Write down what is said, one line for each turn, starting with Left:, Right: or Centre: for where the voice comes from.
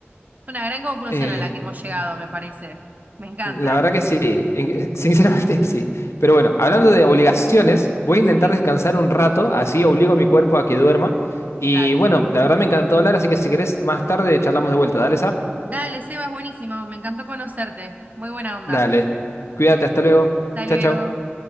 Right: una gran conclusión
Left: Eh,
Right: a la que hemos llegado, me parece. Me encanta.
Left: La verdad que sí, en- <laughs> sinceramente sí. Pero bueno, hablando de obligaciones, voy
Right: Sí.
Left: a intentar descansar un rato, así obligo a mi cuerpo a que duerma. Y
Right: Dale.
Left: bueno, la verdad me encantó hablar, así que si querés más tarde charlamos de vuelta. Dale, Sa.
Right: Dale, Seba, es buenísimo. Me encantó conocerte. Muy buena onda.
Left: Dale. Cuídate, hasta luego.
Right: Hasta
Left: Chao,
Right: luego.
Left: chao.